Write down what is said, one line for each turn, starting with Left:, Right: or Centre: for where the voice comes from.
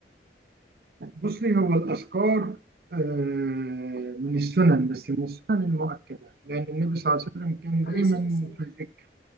Right: بصي هو الأذكار آه، من السنن بس من السنن المؤكدة لأن النبي صلى الله عليه وسلم كان
Left: عليه
Right: دايما
Left: الصلاة والسلام
Right: في الذكر